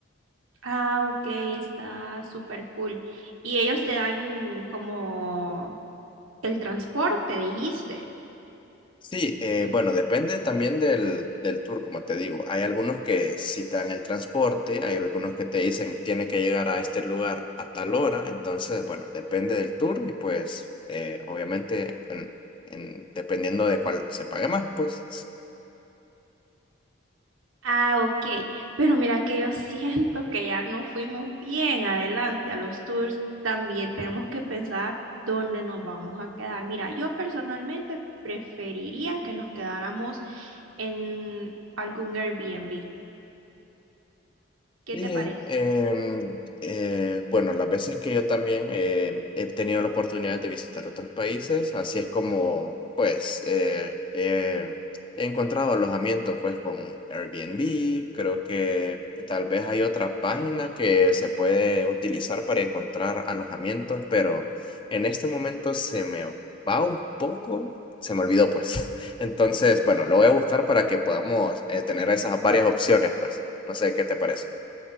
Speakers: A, on the right (about 80°); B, on the left (about 25°).
A: Ah, ok, está súper cool. Y ellos te dan como el transporte, dijiste.
B: Sí, eh, bueno, depende también del, del tour, como te digo. Hay algunos que sí te dan el transporte, hay algunos que te dicen tiene que llegar a este lugar a tal hora, entonces, bueno, depende del tour y pues eh, obviamente en- en- dependiendo de cuál se pague más, pues.
A: Ah, ok. Pero mira que yo <laughs> siento que ya no fuimos bien adelante a los tours. También tenemos que pensar dónde nos vamos a quedar. Mira, yo personalmente preferiría que nos quedáramos en algún Airbnb. ¿Qué
B: Sí,
A: te parece?
B: em, eh, bueno, las veces que yo también eh, he tenido la oportunidad de visitar otros países, así es como, pues, eh, eh, he encontrado alojamiento, pues, con Airbnb. Creo que tal vez hay otra página que se puede utilizar para encontrar alojamientos, pero en este momento se me va un poco, se me olvidó, pues. <laughs> Entonces, bueno, lo voy a buscar para que podamos eh, tener esas varias opciones, pues. No sé qué te parece.